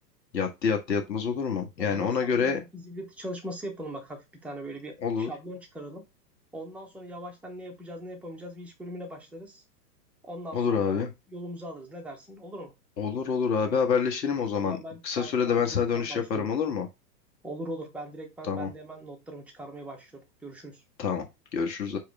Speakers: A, on the left (about 80°); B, in the centre.
A: Yattı yattı yatmaz olur mu? Yani
B: O zaman
A: ona
B: senden
A: göre
B: önce bir fizibilite çalışması yapalım bak hafif bir tane böyle bir
A: olur.
B: şablon çıkaralım. Ondan sonra yavaştan ne yapacağız ne yapamayacağız bir iş bölümüne başlarız. Ondan
A: Olur
B: sonra
A: abi.
B: da yolumuzu alırız. Ne dersin? Olur mu?
A: Olur olur abi haberleşelim o zaman.
B: O zaman ben
A: Kısa
B: ben
A: sürede
B: şu anda
A: ben sana
B: direktmen
A: dönüş
B: başlıyorum.
A: yaparım olur mu?
B: Olur olur. Ben direktmen
A: Tamam
B: ben de hemen notlarımı çıkarmaya başlıyorum. Görüşürüz.
A: tamam. Görüşürüz.